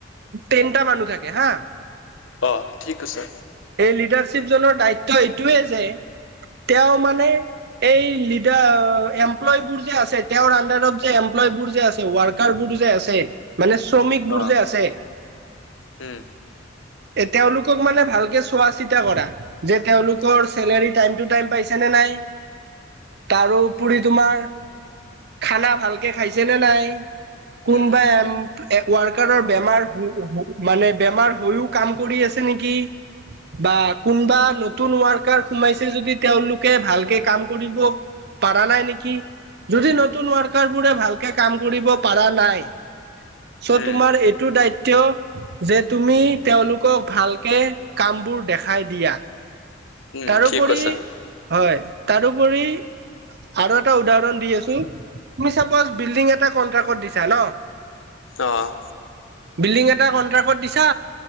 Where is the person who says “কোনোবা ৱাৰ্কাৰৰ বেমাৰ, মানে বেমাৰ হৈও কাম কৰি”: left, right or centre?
Right